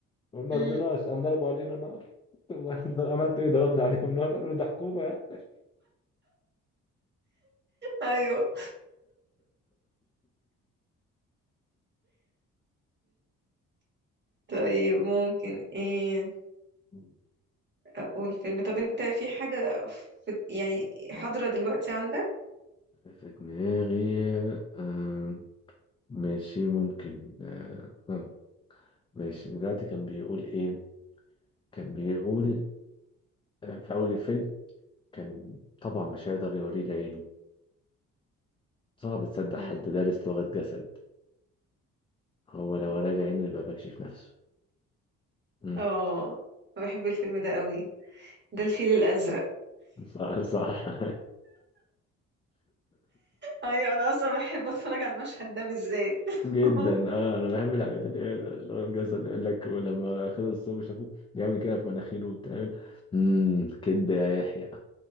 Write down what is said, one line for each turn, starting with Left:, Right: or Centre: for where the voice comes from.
Left: وما
Right: أمم،
Left: رضيناش قام ضربوا علينا نار <laughs> واحنا عملت ايه ضربنا عليهم نار قالوا ده حكومة يعني
Right: ايوه طيب ممكن ايه
Left: <laughs>
Right: اقول فيلم طب انت في حاجة في يعني حاضرة دلوقتي عندك
Left: في دماغي آه ماشي ممكن آه آه، ماشي دلوقتي كان بيقول إيه كان بيقول آه في أول الفيلم كان طبعا مش هيقدر يوريه لعينه صعب تصدق
Right: امم
Left: حد دارس لغة جسد هو لو وراه لعينه يبقى بكشف نفسه مم.
Right: اه بحب الفيلم ده قوي ده الفيل الازرق
Left: صح صح <laughs>
Right: ايوه انا اصلا بحب اتفرج على المشهد ده بالذات <laughs>
Left: جدا اه انا بحب الحاجات اللي هي لغة جسد يقول لك ولما خلص الصوب شافوه بيعمل كده في مناخيره وبتاع امم كدب يا يحيى